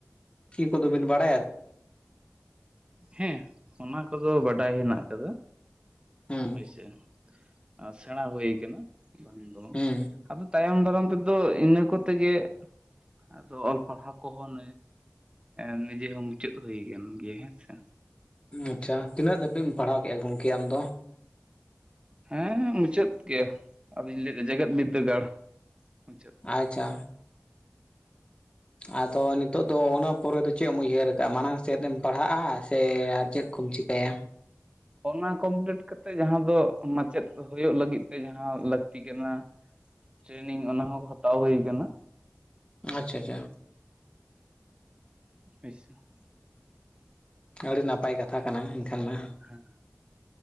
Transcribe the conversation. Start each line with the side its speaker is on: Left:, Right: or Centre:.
Left: ᱪᱤ ᱠᱚᱫᱚᱚᱵᱤᱱ ᱵᱟᱲᱟᱭᱟ
Right: ᱦᱮᱸ ᱚᱱᱟ ᱠᱚᱫᱚ ᱵᱟᱰᱟᱭ ᱦᱮᱱᱟᱜ ᱠᱟᱫᱟ
Left: ᱦᱩᱸ
Right: ᱦᱳᱭᱥᱮ ᱾ ᱟᱨ ᱥᱮᱸᱬᱟ ᱦᱩᱭᱩ ᱠᱟᱱᱟ ᱵᱟᱝ
Left: ᱦᱩᱸ
Right: ᱟᱫᱚ ᱛᱟᱭᱚᱢ ᱫᱟᱨᱟᱢ ᱛᱮᱫᱚ ᱤᱱᱟᱹ ᱠᱚᱛᱮᱜᱮ ᱟᱫᱚ ᱚᱞ ᱯᱟᱲᱦᱟᱣ ᱠᱚᱦᱚᱸ ᱱ ᱱᱤᱡᱮ ᱦᱚᱸ ᱢᱩᱪᱟᱹᱫ ᱦᱩᱭ ᱟᱠᱟᱱ ᱜᱮᱭᱟ ᱦᱮᱸᱥᱮ
Left: ᱟᱪᱪᱷᱟ ᱛᱤᱱᱟᱹᱜ ᱫᱷᱟᱹᱵᱤᱡ ᱮᱢ ᱯᱟᱲᱦᱟᱣ ᱠᱮᱫᱼᱟ ᱜᱚᱝᱠᱮ ᱟᱢ ᱫᱚ
Right: ᱦᱮᱸ ᱢᱩᱪᱟᱹᱫ ᱜᱮ ᱟᱫᱚᱧ ᱞᱟᱹᱭᱫᱟ ᱡᱮᱜᱮᱫ ᱵᱤᱫᱽᱫᱟᱹᱜᱟᱲ ᱢᱩᱪᱟᱹᱫ
Left: ᱟᱪᱪᱷᱟ ᱟᱫᱚ ᱱᱤᱛᱚᱜᱜ ᱫᱚ ᱚᱱᱟ ᱯᱚᱨᱮ ᱫᱚ ᱪᱮᱫ ᱮᱢ ᱩᱭᱦᱟᱹᱨ ᱟᱠᱟᱫᱼᱟ ᱢᱟᱲᱟᱝ ᱥᱮᱫ ᱮᱢ ᱯᱟᱲᱦᱟᱜᱼᱟ ᱥᱮ ᱟᱨ ᱪᱮᱫ ᱠᱚᱢ ᱪᱤᱠᱟᱹᱭᱟ
Right: ᱚᱱᱟ ᱠᱚᱢᱯᱞᱤᱴ ᱠᱟᱛᱮᱜ ᱡᱟᱦᱟᱸ ᱫᱚ ᱢᱟᱪᱮᱫ ᱦᱩᱭᱩᱜ ᱞᱟᱹᱜᱤᱫ ᱛᱮ ᱡᱟᱦᱟᱸ ᱞᱟᱹᱠᱛᱤ ᱠᱟᱱᱟ
Left: <inaudible>
Right: ᱴᱨᱮᱱᱤᱝ ᱚᱱᱟ ᱦᱚᱸᱦᱟᱛᱟᱣ ᱦᱩᱭ ᱟᱠᱟᱱᱟ
Left: ᱟᱪᱪᱷᱟ ᱟᱪᱪᱷᱟ
Right: ᱟᱪᱥᱷᱟ <inaudible>
Left: ᱟᱹᱰᱤ ᱱᱟᱯᱟᱭ ᱠᱟᱛᱷᱟ ᱠᱟᱱᱟ ᱮᱱᱠᱷᱟᱱ ᱢᱟ
Right: ᱦᱮᱸ